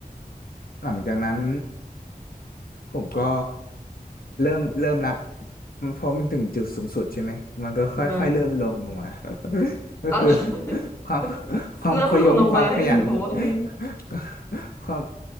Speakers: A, on the left; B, on the left.
A: หลังจากนั้นผมก็เริ่มเริ่มละเพราะมันถึงจุดสูงสุดใช่ไหมมันก็ค่อยๆเริ่มลงลงมา
B: อ่า
A: <laughs> ก็คือ
B: อ๋อ <laughs>
A: ความความขยงความขยัน
B: เริ่มลงลงไมาหรือเคาวไง
A: <laughs> ก็ความ